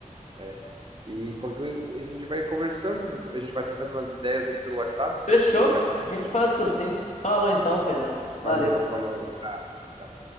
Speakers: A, on the right; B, on the left.
A: né? E qualquer coisa a gente vai conversando, a gente vai trocando umas ideias ali pelo WhatsApp,
B: Fechou?
A: pode ser?
B: A gente faz isso sim. Falou então, Pedrão.
A: Valeu,
B: Valeu.
A: falou, abraço. tchau.